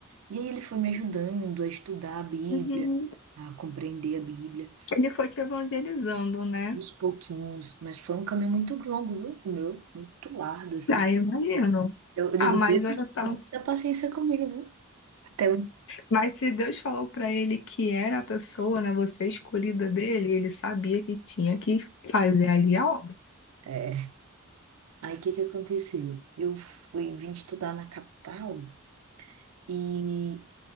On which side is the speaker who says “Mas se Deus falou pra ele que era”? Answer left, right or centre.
Left